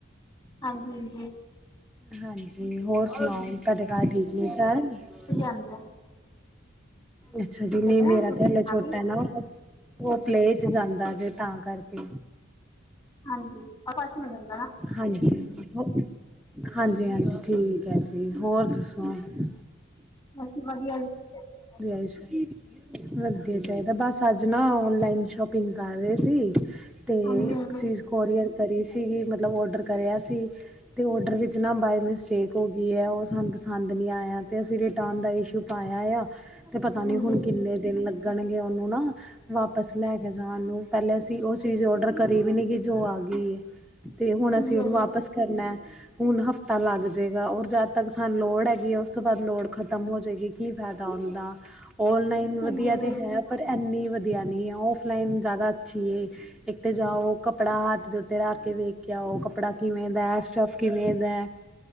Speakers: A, on the left; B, in the centre.
A: ਹਾਂਜੀ ਹਾਂਜੀ
B: ਹਾਂਜੀ ਹੋਰ ਸੁਣਾਓ ਤੁਹਾਡੇ ਘਰ ਠੀਕ ਨੇ ਸਬ
A: ਹੰ <inaudible>
B: ਅੱਛਾ ਜੀ ਨਹੀਂ ਮੇਰਾ
A: ਨੇ ਛੁੱਟੀ
B: ਤਾਂ ਹਲੇ
A: ਦੇ ਨਾਲ
B: ਛੋਟਾ
A: ਹੀ
B: ਹੈ ਨਾ ਉਹੋ ਉਹ ਪਲੇਅ ਚ ਜਾਂਦਾਂ ਅਜੇ ਤਾਂ ਕਰਕੇ
A: ਹਾਂਜੀ ਆਕਾਸ਼ ਨਾਲ ਜਾਂਦਾ ਨਾ
B: ਹਾਂਜੀ ਉਹ ਹਾਂਜੀ ਹਾਂਜੀ ਠੀਕ ਹੈ ਜੀ ਹੋਰ ਤੁਸੀ ਦੱਸੋ
A: ਬਾਕੀ ਵਧੀਆ ਜੀ। ਤੁਸੀਂ ਦੱਸੋ?
B: ਜੈ ਸ਼ <unintelligible> ਵਧੀਆ ਚਾਹੀਦਾ, ਬਸ ਅੱਜ ਨਾ ਓਨਲਾਈਨ ਸ਼ੋਪਿੰਗ ਕਰ ਰਹੇ ਸੀ। ਅਤੇ
A: ਹਾਂਜੀ
B: ਇੱਕ
A: ਹਾਂਜੀ
B: ਚੀਜ਼ ਕੋਰੀਅਰ ਕਰੀ ਸੀਗੀ, ਮਤਲਬ ਔਡਰ ਕਰਿਆ ਸੀ। ਅਤੇ ਔਡਰ ਵਿੱਚ ਨਾ ਬਾਏ ਮਿਸਟੇਕ ਹੋ ਗਈ ਐ, ਉਹ ਸਾਨੂੰ ਪਸੰਦ ਨਹੀਂ ਆਇਆ ਅਤੇ ਅਸੀਂ ਰਿਟਰਨ ਦਾ ਇਸ਼ੂ ਪਾਇਆ ਆ, ਤੇ ਪਤਾ
A: ਹਾਂਜੀ
B: ਨੀ ਹੁਣ
A: ਹਾਂਜੀ
B: ਕਿੰਨੇ ਦਿਨ ਲੱਗਣਗੇ ਉਹਨੂੰ ਨਾ ਵਾਪਸ ਲੈ ਕੇ ਜਾਣ ਨੂੰ, ਪਹਿਲੇ ਅਸੀਂ ਉਹ ਚੀਜ਼ ਓਡਰ ਕਰੀ ਵੀ ਨੀ ਗ ਜੋ ਆ ਗਈ। ਤੇ ਹੁਣ
A: ਹਾਂਜੀ
B: ਅਸੀਂ ਉਹਨੂੰ ਵਾਪਿਸ
A: ਹਾਂਜੀ
B: ਕਰਨਾ ਐ। ਹੁਣ ਹਫ਼ਤਾ ਲੱਗ ਜਾਏਗਾ, ਔਰ ਜਦ ਤੱਕ ਸਾਨੂੰ ਲੋੜ ਹੈਗੀ, ਉਸ ਤੋਂ ਬਾਅਦ ਲੋੜ ਖ਼ਤਮ ਹੋ ਜਾਏਗੀ। ਕੀ ਫਾਇਦਾ ਹੁੰਦਾ ਔਨਲਾਈਨ
A: ਹਾਂਜੀ
B: ਵਧੀਆ
A: ਹਾਂਜੀ ਹਾਂਜੀ
B: ਤੇ ਹੈ ਪਰ ਇੰਨੀ ਵਧੀਆ ਨਹੀਂ, ਔਫਲਾਈਨ ਜ਼ਿਆਦਾ ਅੱਛੀ ਏ। ਇੱਕ ਤੇ ਜਾਓ, ਕੱਪੜਾ ਹੱਥ ਦੇ ਉੱਤੇ ਰੱਖ ਕੇ ਵੇਖ ਕੇ ਆਓ, ਕੱਪੜਾ ਕਿਵੇਂ ਦਾ ਸਟੱਫ ਕਿਵੇਂ ਦਾ